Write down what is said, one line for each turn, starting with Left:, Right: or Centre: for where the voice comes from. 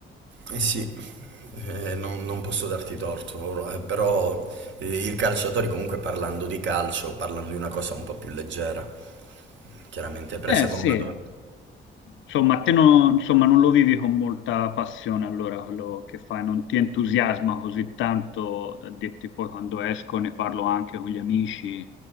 Right: Eh sì, eh, non, non posso darti torto, eh, però eh, i calciatori comunque parlando di calcio, parlano di una cosa un po' più leggera. Chiaramente presa
Left: Eh
Right: con
Left: sì,
Right: una donna.
Left: Insomma, a te non, insomma, non lo vivi con molta passione allora quello che fai, non ti entusiasma così tanto da dirti poi quando esco ne parlo anche con gli amici.